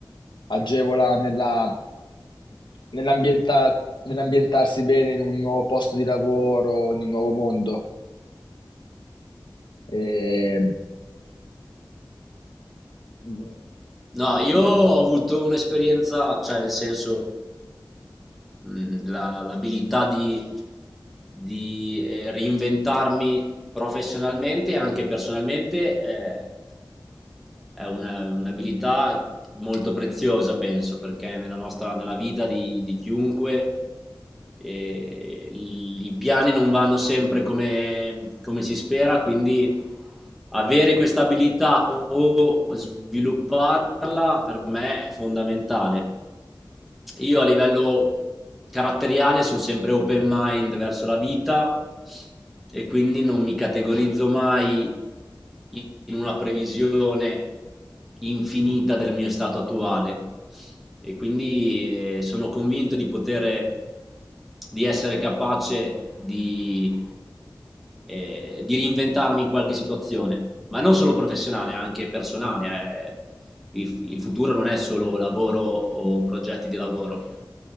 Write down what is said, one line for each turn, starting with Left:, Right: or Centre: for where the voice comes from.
Left: agevola nella nell'ambienta- nell'ambientarsi bene in un nuovo posto di lavoro, in un nuovo mondo. Ehm, allora,
Centre: No, io ho avuto un'esperienza, cioè nel senso, mh, la- l'abilità di, di, eh, reinventarmi professionalmente e anche personalmente eh, è una- un'abilità molto preziosa, penso, perché nella nostra, nella vita di, di chiunque eh, i piani non vanno sempre come, come si spera, quindi avere questa abilità o svilupparla per me è fondamentale. Io a livello caratteriale sono sempre open mind verso la vita e quindi non mi categorizzo mai in una previsione infinita del mio stato attuale e quindi eh, sono convinto di poter di essere capace di, eh, di reinventarmi in qualche situazione, ma non solo professionale, anche personale. eh. Il, il futuro non è solo lavoro o progetti di lavoro.